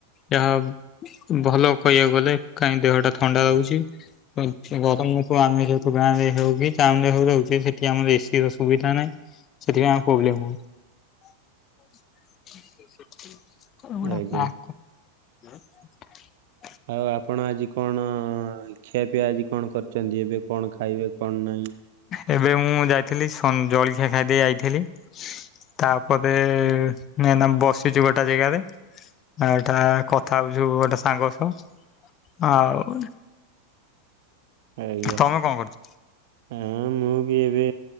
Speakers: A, on the left; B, on the right.
A: ଯାହା ଭଲ କହିବାକୁ କାଇଁ ଦେହଟା ଥଣ୍ଡା ରହୁଛି ଗରମକୁ ଆମେତୁ ଗାଁରେ ହଉଛି ଟାଉନ ରହୁଛେ ସେଠି ଆମର ଏସିର ସୁବିଧା ନାହିଁ ସେଥିପାଇଁ ଆମର ପ୍ରୋବେଲମ ହଉଚି। <unintelligible> ହଁ।
B: ଆଜ୍ଞା ଆଉ ଆପଣ ଆଜି କଣ ଖିଆପିଆ ଆଜି କଣ କରିଚନ୍ତି? ଏବେ କଣ ଖାଇବେ କଣ ନାଇଁ?
A: ଏବେ ମୁଁ ଯାଇଥିଲି ସନ୍ ଜଳଖିଆ ଖାଇ ଦେଇ ଆଇଥିଲି। ତାପରେ ମୁଁ ଏଇନା ବସିଚି ଗୋଟା ଜାଗାରେ। ଆ, ଏଟା କଥା ହଉଛୁ ଗୋଟେ ସାଙ୍ଗ ସହ। ଆଉ
B: ଆଜ୍ଞା,
A: ତମେ କଣ କରୁଛ?
B: ହଁ ମୁଁ ବି ଏବେ